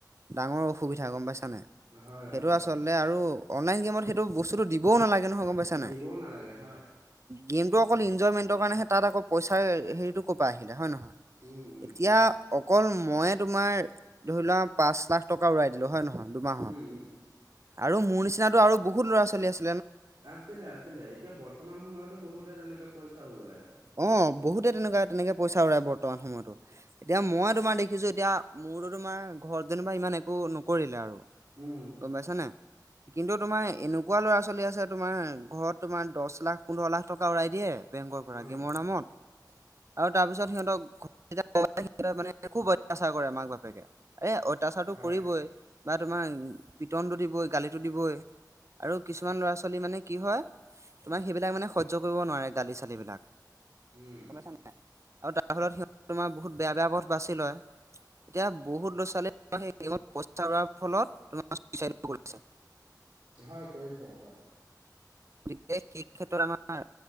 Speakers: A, on the right (about 40°); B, on the right (about 65°).
A: ডাঙৰ অসুবিধা গম পাইছা নাই?
B: হয়
A: সেইটো
B: হয়
A: আচলতে
B: হয়
A: আৰু অনলাইন গেমত সেইটো বস্তুটো দিবও নালাগে নহয়, গম পাইছা নাই?
B: দিবও নালাগে হয়,
A: গেমটো অকল ইনজয়মেণ্ট কাৰণেহে তাত আকৌ পইচাৰ হেৰিটো ক'ৰ পৰা আহিলে, হয় নহয়?
B: উম, উম,
A: এতিয়া অকল ময়ে তোমাৰ ধৰি লোৱা পাঁচ লাখ টকা উৰাই দিলো, হয় নহয়? দুমাহত।
B: উম, উম।
A: আৰু মোৰ নিচিনাতো আৰু বহুত ল'ৰা ছোৱালী আছে।
B: আছিলে আছিলে এতিয়া বৰ্তমান সময়তো বহুতে তেনেকে পইচা উৰুৱাই আছে।
A: অঁ বহুতে তেনেকুৱা তেনেকে পইচা উৰায় বৰ্তমান সময়তো। এতিয়া মই তোমাৰ দেখিছো এতিয়া মোৰতো তোমাৰ ঘৰত যেনিবা ইমান একো নকৰিলে আৰু।
B: উম।
A: গম পাইছা নাই? কিন্তু তোমাৰ এনেকুৱা ল'ৰা ছোৱালী আছে তোমাৰ ঘৰত তোমাৰ দছ লাখ, পোন্ধৰ লাখ টকা উৰাই দিয়ে বেংকৰ পৰা
B: অ',
A: গেমৰ নামত। আৰু তাৰ পিছত সিহঁতক ঘ <unintelligible> সহঁতে মানে খুব অত্যাচাৰ কৰে মাক বাপেকে, এ অ অত্যাচাৰটো
B: হয়,
A: কৰিবই বা তোমাৰ পিটনটো দিবই গালিটো দিবই। আৰু কিছুমান ল'ৰা ছোৱালী মানে কি হয়, তোমাৰ সেইবিলাক মানে সহ্য কৰিব নোৱাৰে গালি চালিবিলাক।
B: উম,
A: গম পইছা নে নাই? আৰু তাৰ ফলত সিহঁতে তোমাৰ বহুত বেয়া বেয়া পথ বাছি লয়, এতিয়া বহুত ল'ৰা ছোৱালীয়ে তোমাৰ সেই গেমত পইচা উৰুৱাৰ ফলত তোমাৰ ছুইচাইডো কৰিছে।
B: হয় কৰিছে হয়।
A: গতিকে সেই ক্ষেত্ৰত আমাৰ